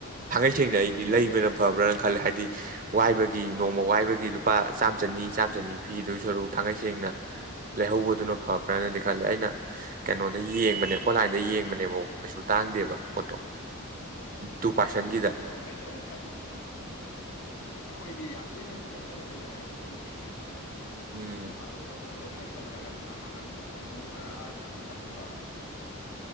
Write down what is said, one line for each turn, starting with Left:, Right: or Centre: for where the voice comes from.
Right: ꯊꯦꯡꯅ
Left: ꯎꯝ
Right: ꯑꯩꯗꯤ ꯂꯩꯕꯅ ꯐꯕ꯭ꯔꯅ ꯈꯜꯂꯦ ꯍꯥꯏꯗꯤ ꯋꯥꯏꯕꯒꯤ ꯅꯣꯡꯃ ꯋꯥꯏꯕꯒꯤ ꯂꯨꯄꯥ ꯆꯥꯝꯃ ꯆꯅꯤ ꯆꯥꯝꯃ ꯆꯅꯤ ꯄꯝꯗꯨ ꯁꯔꯨꯛ ꯊꯥꯡꯉꯩ ꯁꯦꯡꯅ ꯂꯩꯍꯧꯕꯗꯨꯅ ꯐꯕ꯭ꯔꯅꯗꯤ ꯈꯜꯂꯦ ꯑꯩꯅ ꯀꯩꯅꯣꯗ ꯌꯦꯡꯕꯅꯦ ꯑꯣꯟꯂꯥꯏꯟꯗ ꯌꯦꯡꯕꯅꯦꯕ ꯀꯩꯁꯨ ꯇꯥꯡꯗꯦꯕ ꯄꯣꯠꯇꯣ ꯇꯨ ꯄꯥꯔꯁꯟꯒꯤꯗ
Left: ꯑꯗꯩꯗꯤ ꯑꯃꯨꯛ ꯑꯩꯅ ꯑꯃꯨꯛ ꯈꯜꯂꯤꯁꯤꯅ ꯑꯃꯨꯛ ꯑꯩꯈꯣꯏꯗꯤ ꯌꯥꯝ ꯇꯣꯏꯅꯁꯨ ꯆꯠꯄ ꯅꯠꯇꯦꯗꯅ ꯍꯥꯏꯀꯤꯡ ꯅꯨꯡꯀꯤꯡꯒ ꯑꯗꯨꯗꯤ
Right: ꯎꯝ
Left: ꯅꯣꯡ ꯐꯥꯗꯣꯛ ꯆꯠꯄꯗꯨ ꯑꯃꯣꯛ ꯄꯤꯁꯜꯂꯒ ꯄꯩꯁꯥ ꯃꯥꯡꯍꯟꯕꯗꯣ ꯄꯥꯝꯃꯨꯕ꯭ꯔꯥꯅꯁꯨ ꯈꯟꯕ ꯑꯗꯨꯅꯤꯗ